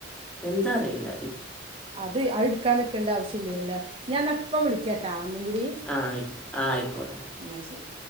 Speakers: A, in the centre; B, on the right.
A: എന്താ അറീല്ല
B: അത് ആ എടുക്കാൻ നിക്കേണ്ട ആവശ്യം ഇല്ലല്ലോ ഞാൻ ന്നാ ഇപ്പ വിളിക്കാട്ടാ ഒന്നും കൂടി
A: ആഹ് ആയിക്ക ആഹ് ആയിക്കോട്ടെ
B: എന്ന ശരി